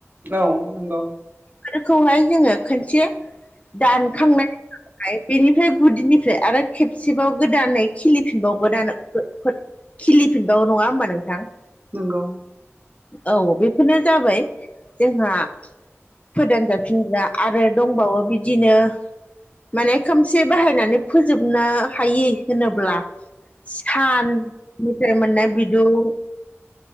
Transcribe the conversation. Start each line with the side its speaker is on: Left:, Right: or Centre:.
Right: औ नंगौ
Left: फोरखौहाय जोङो खोनसे दानखांनायनि बेनिफ्राय गुदिनिफ्राय आरो खेबसेबाव गोदानै खिलिफिनबावो दानो <unintelligible> खिलिफिनबावो नङा होमबा नोंथां?
Right: नोंगौ
Left: औ बेफोरनो जाबाय जोंहा फोदानजाफिनग्रा आरो दंबावो बिदिनो माने खोमसे बाहायनानै फोजोबनो हायै होनोब्ला साननिफ्राय मोननाय बिदुं